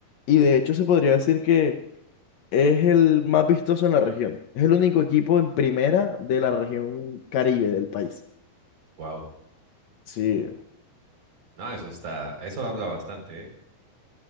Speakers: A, on the left; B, on the right.
A: Y de hecho se podría decir que es el más vistoso en la región. Es el único equipo en primera de la región Caribe del país.
B: Wow.
A: Sí,
B: No, eso está, eso habla bastante,